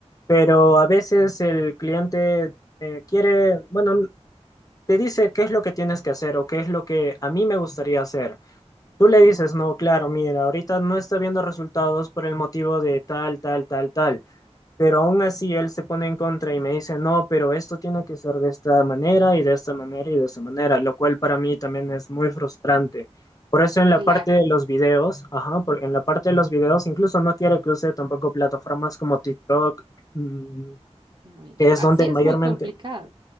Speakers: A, on the left; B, on the right.
A: pero a veces el cliente eh, quiere, bueno, te dice qué es lo que tienes que hacer o qué es lo que a mí me gustaría hacer. Tú
B: mm,
A: le dices, no, claro, mira, ahorita no está viendo resultados por el motivo de tal, tal, tal, tal. Pero aún así él se pone en contra y me dice, no, pero esto tiene que ser de esta manera y de esta manera y de esta manera, lo cual para mí también es muy frustrante. Por eso en la
B: claro.
A: parte de los videos, ajá, por- en la parte de los videos incluso no quiero que use tampoco plataformas como TikTok, mm,
B: Bueno,
A: que es
B: así
A: donde
B: es
A: mayormente...
B: muy complicado.